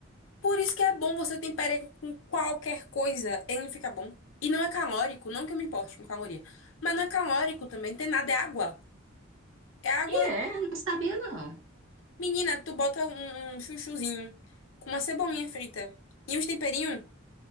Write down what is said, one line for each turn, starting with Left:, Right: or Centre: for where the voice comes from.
Left: Por isso que é bom você temperar com qualquer coisa, ele fica bom. E não é calórico, não que eu me importe com caloria. Mas não é calórico também, tem nada, é água. É água.
Right: E é, não sabia não.
Left: Menina, tu bota um, um chuchuzinho com uma cebolinha frita e uns temperinhos,